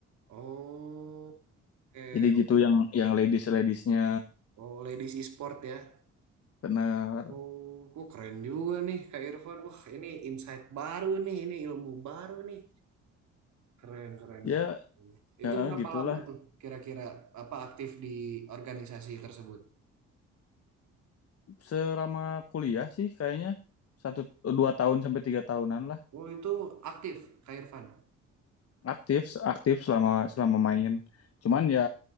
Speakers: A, on the right; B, on the left.
A: Oh. Oke.
B: Jadi gitu
A: oke.
B: yang yang ladies-ladiesnya
A: Oh, ladies e-sport ya.
B: bener.
A: Oh, kok keren juga nih Kak Irfan. Wah, ini insight baru nih, ini ilmu baru nih. Keren, keren,
B: Ya,
A: keren.
B: ya
A: Itu berapa
B: gitulah.
A: lama tuh kira-kira apa aktif di organisasi tersebut?
B: Selama kuliah sih kayaknya satu dua tahun sampai tiga tahunan lah.
A: Oh, itu aktif, Kak Irfan.
B: aktif aktif selama selama main cuman
A: Hmm.
B: ya